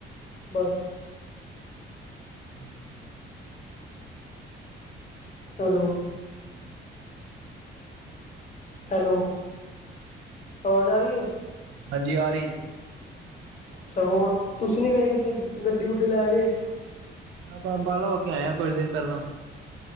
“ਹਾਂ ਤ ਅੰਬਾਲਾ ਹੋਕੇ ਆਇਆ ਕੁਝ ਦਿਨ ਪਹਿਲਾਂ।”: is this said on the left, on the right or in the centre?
Right